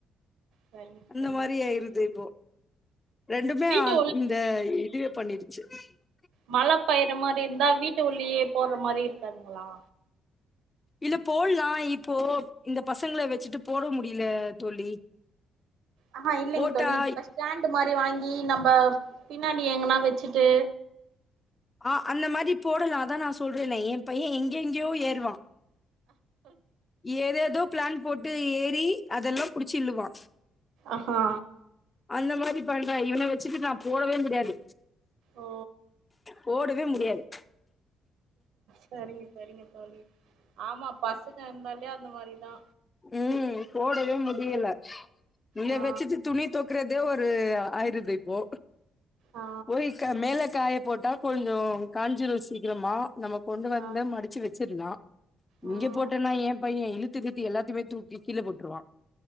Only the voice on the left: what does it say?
அந்த
மாரி
ஆயிருதேபோ ரெண்டுமே
அந் இந்த இதுவே பண்ணிருக் <unintelligible>
இல்லப் போட்லா இப்போ இந்த பசங்ள வெச்சிட்டு போட முடியிலே தோழி
போட்டா
ஆஹ் அந்த மாரி போடலா அதா நா சொல்றேனே என்ப்பயெ எங்கெங்கியோ ஏறுவா ஏதேதோ பிளான் போட்டு ஏறி அதெல்லா புடிச்சி இள்ளுவா
அந்த மாரி பண்றா இவன வெச்சிகிட் நா போடவே முடியாது
போடு வே முடியாது
உம் போடவே முடியல இவன
வெச்சிட்டு துணிய தோக்கறத் தே ஒரு ஆயிருது இப்போ
போய்க்கா மேல காயப் போட்டா கொஞ்சோ காஞ்சிரு சீக்கிரமா நமக் கொண்டு வந்த
மடிச்சு வெச்சிர்லா இங்கெப்
போட்டேன்னா ஏ பைய்ய இழுத் திருப்பி எல்லாத் துமே தூக்கி கீழ போட்ருவா